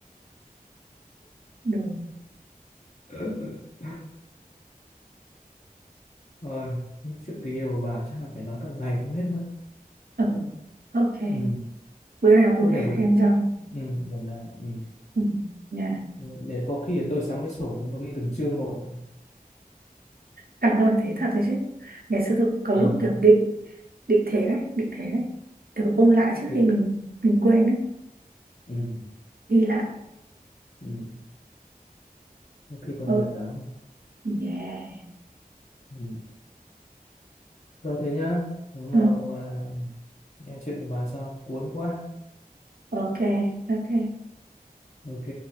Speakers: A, on the right; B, on the left.
A: đồ
B: <laughs> Rồi, những chuyện tình yêu của bà chắc là phải nói cả ngày cũng hết mất.
A: ừ ok
B: Ừ.
A: bữa nào tôi
B: Thôi
A: kể
B: để buổi
A: thêm
B: cu-
A: cho
B: ừ, gọi là ừ.
A: ừ. nha
B: Để có khi để tôi sắm cái sổ tôi ghi từng chương một.
A: anh ơi thế thật đấy chứ ngày xưa tôi có
B: Ờ,
A: lúc kiểu định định thế đấy định thế đấy kiểu ôn lại trước
B: định
A: khi mình mình quên đấy
B: ừ.
A: ghi lại
B: Ừ. Có khi còn
A: ừ.
B: tỉnh táo.
A: yeah
B: Ừ. Thôi thế nhá. Hôm
A: ừ.
B: nào à, nghe chuyện của bà sao? Cuốn quá.
A: ok ok
B: Ok.